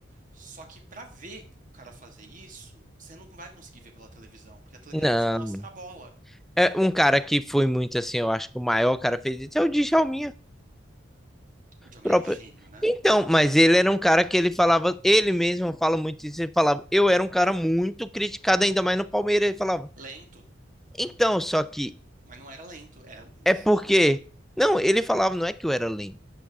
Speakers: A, on the right; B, in the centre.
A: Só que para ver o cara fazer isso, você não vai conseguir ver pela televisão, porque a televisão
B: Não,
A: só mostra a bola.
B: é um cara que foi muito assim, eu acho que o maior cara fez isso é o Djalminha.
A: O John
B: próprio.
A: Mayer era gênio, né?
B: Então, mas ele era um cara que ele falava, ele mesmo fala muito isso, ele falava, eu era um cara muito criticado, ainda mais no Palmeiras, ele falava.
A: Lento,
B: Então, só que
A: mas não era lento. Era o o
B: é
A: jogo.
B: porque.
A: te-
B: Não, ele falava, não é que eu era lento.